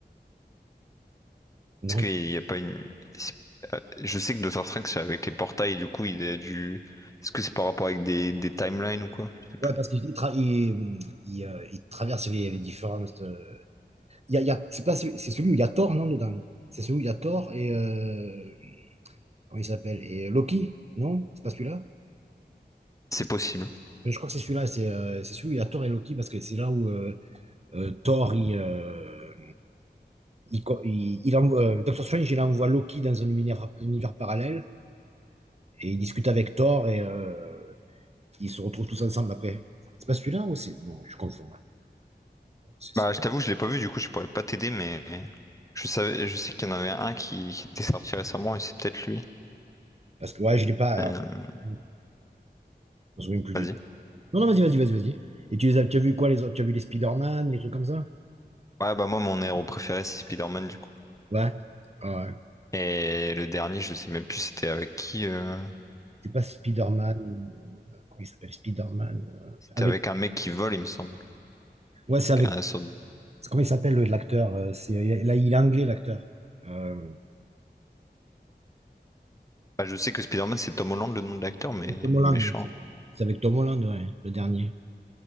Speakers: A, on the right; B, on the left.
A: Non.
B: Est-ce qu'il n'y a pas une... c'est- euh, Je sais que Doctor Strange, c'est avec les portails, et du coup, il a dû... Est-ce que c'est par rapport avec des, des timelines ou quoi? Je sais plus.
A: Ouais, parce qu'il tra il, hum, il, euh, il traverse les, les différentes. euh, il y a, il y a- c'est pas celui, c'est celui où il y a Thor, non, dedans. C'est celui où il y a Thor et euh, comment il s'appelle? Et Loki, non? C'est pas celui-là?
B: C'est
A: Parce-
B: possible.
A: mais je crois que c'est celui-là, c'est euh, c'est celui où il y a Thor et Loki parce que c'est là où euh, euh, Thor il, euh, il, co- il- il envoie, euh, Doctor Strange il envoie Loki dans un univers, univers parallèle et il discute avec Thor et euh, ils se retrouvent tous ensemble après. C'est pas celui-là ou c'est... Non, je confonds là. C'est- c'est-
B: Bah, je t'avoue, je l'ai pas vu, du coup, je pourrais pas t'aider, mais je savais, je sais qu'il y en avait un qui, qui était sorti récemment, et c'est peut-être lui.
A: Parce que ouais, je l'ai pas.
B: Euh,
A: Je me souviens plus
B: Vas-y.
A: du Non, non, vas-y, vas-y, vas-y, vas-y. Et tu les as, tu as vu quoi les autres? Tu as vu les Spider-Man, les trucs comme ça?
B: Ouais, bah moi, mon héros préféré, c'est Spider-Man, du coup.
A: Ouais. Ah ouais.
B: Et le dernier, je sais même plus c'était avec qui. euh,
A: C'est pas Spider-Man. euh, comment il s'appelle? Spider-Man. euh,
B: C'était
A: avec.
B: avec un mec qui vole, il me semble.
A: Ouais, c'est avec.
B: Un sort de-
A: c'est- Comment il s'appelle le- l'acteur? euh, C'est là, il est anglais l'acteur. Euh,
B: Bah, je sais que Spider-Man, c'est Tom Holland, le nom de l'acteur, mais
A: c'est
B: le
A: Tom Holland.
B: méchant.
A: C'est c'est avec Tom Holland, ouais, le dernier.